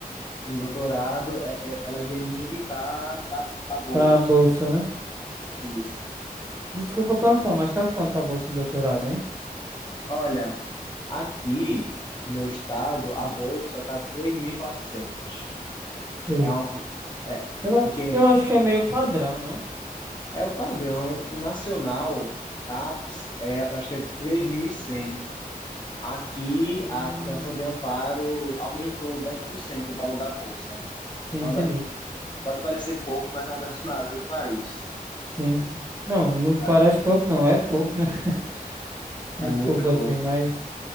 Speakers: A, on the left; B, on the right.
A: no doutorado, é- é- ela iria me indicar para a bolsa.
B: Pra bolsa, né?
A: Isso.
B: Desculpa perguntar, mas tá quanto a bolsa de doutorado, hein?
A: Olha, aqui no meu estado, a bolsa está três mil e quatrocentos
B: Sei.
A: É uma, fu- é,
B: Eu acho,
A: porque
B: eu acho que é meio padrão, não?
A: é o padrão, o nacional, CAPES, é, eu acho que é três mil e cem Aqui,
B: Hum.
A: a Fundação de Amparo aumentou 10% o valor da bolsa.
B: Sim,
A: É uma
B: entendi.
A: da- Pode parecer pouco, mas é uma das <laughs> maiores do país.
B: Sim. ent- Não, não
A: sabe?
B: parece pouco, não. É pouco, né? <laughs>
A: É
B: Desculpa,
A: muito pouco.
B: assim, mas